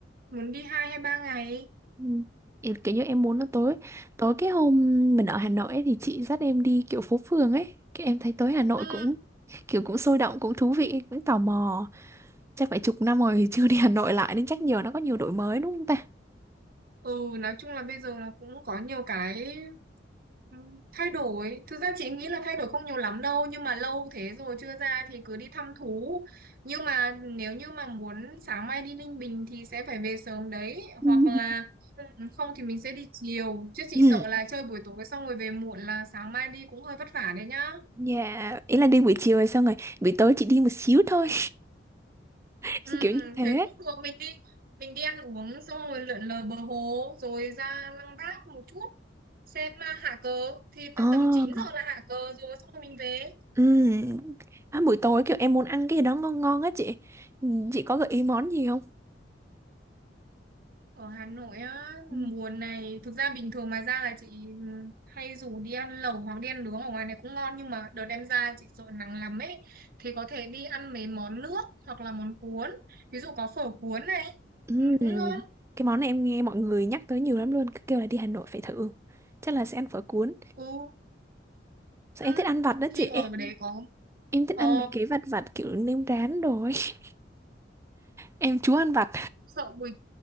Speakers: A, on the right; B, on the right.
A: muốn đi 2 hay 3 ngày.
B: ừ. Em kiểu như em muốn nó tối tối cái hôm mình ở Hà Nội ấy, thì chị dắt em đi kiểu phố phường ấy cái em thấy tối Hà Nội
A: Ừ,
B: cũng kiểu cũng sôi động cũng thú vị cũng tò mò chắc phải chục năm rồi chưa đi Hà Nội lại nên chắc nhiều nó có nhiều đổi mới đúng không ta
A: ừ, nói chung là bây giờ nó cũng có nhiều cái Ừ, Thay đổi, thực ra chị nghĩ là thay đổi không nhiều lắm đâu nhưng mà lâu thế rồi chưa ra thì cứ đi thăm thú. Nhưng mà nếu như mà muốn sáng mai đi Ninh Bình thì sẽ phải về sớm đấy
B: Ừ.
A: hoặc
B: <laughs>
A: là ừ, không thì mình sẽ đi chiều chứ chị
B: Ừ,
A: sợ là chơi buổi tối xong rồi về muộn là sáng mai đi cũng hơi vất vả đấy nhá.
B: Dạ ý là đi buổi chiều rồi xong rồi buổi tối chị đi một xíu thôi <laughs>
A: Ừ,
B: kiểu như thế
A: thế cũng được mình đi mình đi ăn uống xong rồi lượn lờ bờ hồ rồi ra Lăng Bác một chút xem à, hạ cờ thì tầm
B: Ồ,
A: tầm 9 giờ là hạ cờ rồi xong rồi mình về.
B: ừm. À, buổi tối kiểu em muốn ăn cái gì đó ngon ngon á chị. Ừm, Chị có gợi ý món gì không?
A: Ở Hà Nội á,
B: Ừ.
A: mùa này thực ra bình thường mà ra là chị hay rủ đi ăn lẩu hoặc đi ăn nướng ở ngoài này cũng ngon nhưng mà đợt em ra chị sợ nắng lắm ấy thì có thể đi ăn mấy món nước hoặc là món cuốn ví dụ có phở cuốn này
B: Ừm,
A: ừ, cũng ngon
B: Cái món này em nghe mọi người nhắc tới nhiều lắm luôn, cứ kêu là đi Hà Nội phải thử. Chắc là sẽ ăn phở cuốn.
A: ừ,
B: Sao
A: ừ.
B: em thích ăn vặt đó
A: thì
B: chị em.
A: ở đấy có
B: Em thích
A: ồ
B: ăn mấy cái vặt vặt kiểu nêm rán rồi. <laughs> Em chúa ăn vặt.
A: sợ mùi